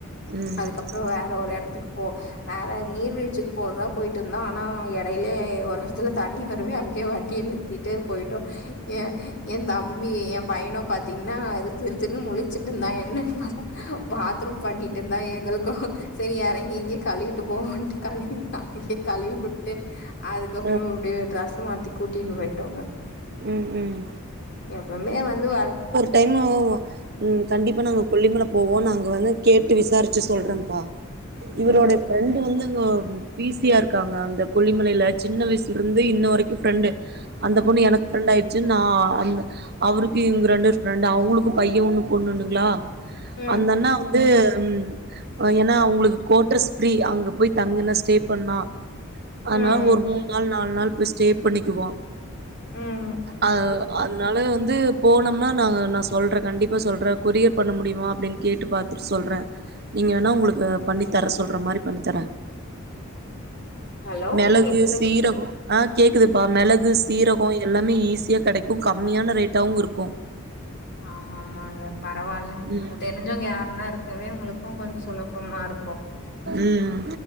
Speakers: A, on the right; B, on the left.
A: ம்
B: அதுக்கப்புற வேற ஒரு இடத்துக்கு போ வேற நீர்வீழ்ச்சிக்கு போறதா போய்ட்டுந்தோ ஆனா எடைலே ஒரு இடத்துல தண்ணி வரவே அங்யே வண்டிய நிறுத்திட்டு போய்ட்டோ ஏ எந் தம்பி எ பையனு பாத்தீங்னா எது திரு திருனு முழிச்சுட்டு இந்தாங்க என்னன் ப பாத்ரூம் பண்ணிட்ருந்தா எங்களுக்கு செரி எறங்கி இங்யே கழுவிட்டு போவோன்டு கழுவி அங்யே கழுவி வுட்டு அதுக்கப்புற
A: ம்
B: அப்டே டிரசமாத்தி கூட்டின் போயிட்டோங்க
A: ம் ம்
B: எப்பமே வந்து வேல
A: டைமுவ்வு ம் கண்டிப்பா நாங்க கொல்லிமல போவோ நாங்க வந்து கேட்டு விசாரிச்சு சொல்றேப்பா இவரோடை
B: ஆ
A: பிரண்டு வந்து பிசியா இருக்காங்க அந்த கொல்லிமலைல சின்ன வயசுல இருந்து இன்னொ வரைக்கு ஃப்ரெண்டு அந்த பொண்ணு
B: ம்
A: எனக்கு ஃப்ரெண்ட் ஆயிடுச்சு நா அந்த அவருக்கு இவுங்க ரெண்டேர் ஃப்ரெண்டு அவுங்ளுக்கு பைய ஒன்னு பொண்ணு ஒன்னுங்ளா
B: ம்
A: அந்த அண்ண வந்து ம் ஏனா அவுங்ளுக்கு கோட்ரஸ் ஃப்ரீ அங்க போய் தங்கனா ஸ்டே பண்ணா அதனால
B: ம்
A: ஒரு மூண் நாள் நால் நாள் போய் ஸ்டே பண்ணிக்குவோ
B: ம்
A: அ அதனால வந்து போனம்னா நாங்க நா சொல்ற கண்டிப்பா சொல்ற கொரியர் பண்ண முடியுமா அப்டின் கேட்டு பாத்துட்டு சொல்ற நீங்க வேணா உங்ளுக்கு பண்ணி தர சொல்ற மாரி பண்ணி தரே
B: <inaudible>
A: மெளகு
B: கேக்குது
A: சீர ஆ கேக்குதுப்பா மெளகு சீரகோ எல்லாமே ஈஸியா கெடைக்கு கம்மியான ரேட்டாவு இருக்கு
B: ஆமா ஆமாங்க பரவால்ல
A: ம்
B: அங்க தெரிஞ்சவங்க யார்னா இருக்கவே உங்களுக் கு கொஞ்ச சுலபமா இருக்கு
A: ம்